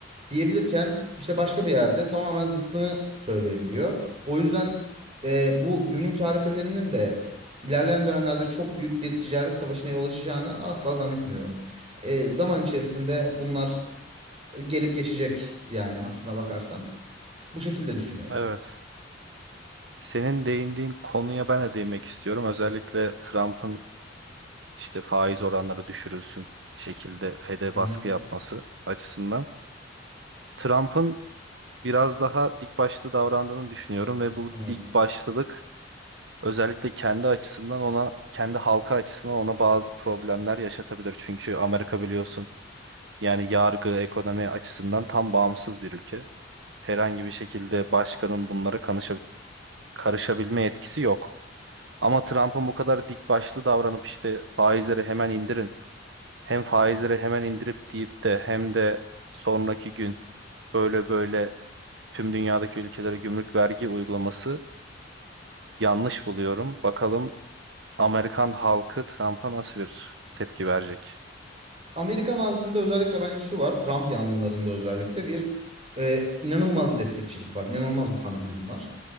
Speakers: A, on the right (about 35°); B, on the right (about 70°).
A: diyebilirken işte başka bir yerde tamamen zıttını söyleyebiliyor. O yüzden e, bu gümrük tarifelerinin de ilerleyen dönemlerde çok büyük bir ticaret savaşına yol açacağını asla zannetmiyorum. E, zaman içerisinde bunlar e, gelip geçecek yani aslına bakarsan. Bu şekilde düşünüyorum.
B: Evet. Senin değindiğin konuya ben de değinmek istiyorum. Özellikle Trump'ın işte faiz oranları düşürülsün şekilde FED'e
A: Hı hı.
B: baskı yapması açısından. Trump'ın biraz daha dik başlı davrandığını düşünüyorum ve bu
A: Evet.
B: dik başlılık özellikle kendi açısından ona, kendi halka açısından ona bazı problemler yaşatabilir. Çünkü Amerika biliyorsun Yani yargı, ekonomi açısından tam bağımsız bir ülke. Herhangi bir şekilde başkanın bunlara kanışa- karışabilme yetkisi yok. Ama Trump'ın bu kadar dik başlı davranıp işte faizleri hemen indirin, hem faizleri hemen indirip deyip de hem de sonraki gün böyle böyle tüm dünyadaki ülkelere gümrük vergi uygulaması yanlış buluyorum. Bakalım Amerikan halkı Trump'a nasıl bir tepki verecek?
A: Amerikan halkında özellikle bence şu var. Trump yanlılarında özellikle bir e, inanılmaz bir destekçilik var. inanılmaz bir fanatizm var.